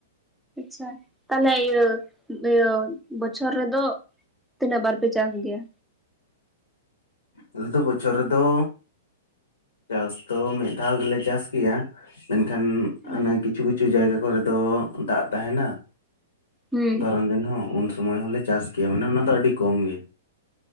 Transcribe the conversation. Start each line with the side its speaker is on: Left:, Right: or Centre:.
Centre: ᱟᱪᱪᱷᱟ, ᱛᱟᱦᱞᱮ ᱤᱭᱟᱹ ᱤᱭᱟᱹ ᱵᱚᱪᱷᱚᱨ ᱨᱮᱫᱚ ᱛᱤᱱᱟᱹᱜ ᱵᱟᱨ ᱯᱮ ᱪᱟᱥ ᱜᱮᱭᱟ?
Left: ᱟᱞᱮ ᱫᱚ ᱵᱚᱪᱷᱚᱨ ᱨᱮᱫᱚ ᱪᱟᱥ ᱫᱚ ᱢᱤᱫ ᱫᱷᱟᱣ ᱜᱮᱞᱮ ᱪᱟᱥ ᱜᱮᱭᱟ, ᱢᱮᱱᱠᱷᱟᱱ
Centre: ᱦᱩᱸ
Left: ᱦᱟᱱᱮ ᱠᱤᱪᱷᱩ ᱠᱤᱪᱷᱩ ᱡᱟᱭᱜᱟ ᱠᱚᱨᱮ ᱫᱚ ᱫᱟᱜ ᱛᱟᱦᱮᱸᱱᱟ,
Centre: ᱦᱩᱸ
Left: ᱫᱷᱚᱨᱚᱱ ᱫᱤᱱ ᱦᱚᱸ ᱩᱱ ᱥᱩᱚᱢᱚᱭ ᱦᱚᱞᱮ ᱪᱟᱥ ᱜᱮᱭᱟ ᱢᱟᱱᱮ ᱚᱱᱟ ᱫᱚ ᱟᱹᱰᱤ ᱠᱚᱢ ᱜᱮ᱾